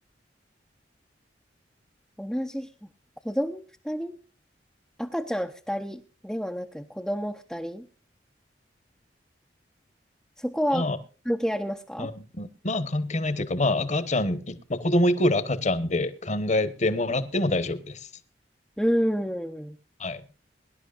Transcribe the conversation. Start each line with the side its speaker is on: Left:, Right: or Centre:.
Centre: 同じ日、子供二人赤ちゃん二人ではなく子供二人そこは関係ありますか
Left: まあ、あのまあ、関係ないというか、まあ、赤ちゃん、いまあ、子供イコール赤ちゃんで考えてもらっても大丈夫です。
Centre: うーん。
Left: はい。